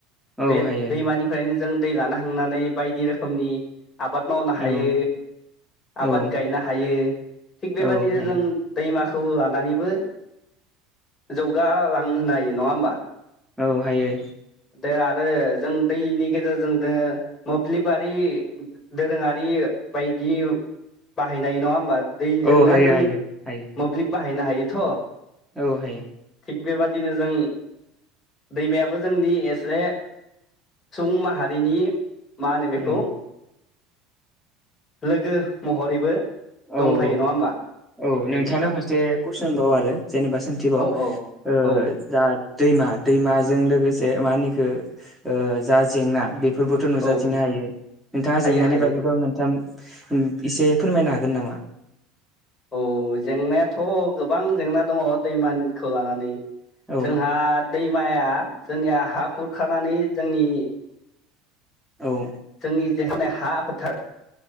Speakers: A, in the centre; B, on the left.
A: औ
B: बे
A: हायो
B: दैमानिफाय जों दै लाना हांनानै बायदि रोखोमनि आबाद मावनो हायो
A: औ औ
B: आबाद गायनो हायो थिग बेबाददिनो
A: औ हायो
B: जों दैमा खौ लानानैबो जौगालांहोनो हायो नङा होमबा?
A: औ हायो
B: <unintelligible> आरो जों दैनि गेजेरजोंनो मोब्लिबारि दोरोङारि बायदि बाहायनाय नङा होमबा? दैजोंनो
A: औ हायो
B: जों
A: हायो हायो
B: मोब्लिब बाहायनो हायो। थ'
A: औ हायो
B: थिग बेबादिनो जों दैमायाबो जोंनि एसे सुबुं माहारिनि मानो बेखौ?
A: औ
B: लोगो महरैबो
A: ओ औ
B: दंफायो
A: औ
B: नङा होमबा
A: औ नोंथांनियाव
B: उम
A: मोनसे कुइसनबावो आरो जेनेबा बिथिबाव
B: औ औ
A: ओ
B: औ
A: दा दैमा-दैमाजों लोगोसे मा होनो बेखौ ओ जा जेंना बे बे फोरबोथ' नुजाथिनो
B: औ
A: हायो नोंथाङा
B: हायो
A: जेंनानि
B: हायो
A: बागैबा मोनथाम इसे फोरमायनो हागोन नामा?
B: औ जेंनायाथ' गोबां जेंना दङ दैमानिखौ लानानै।
A: औ
B: जोंहा दैमाया जोंनिया हा खुरखानानै जोंनि
A: औ
B: जोंनि जे <inaudible> मे हा फोथार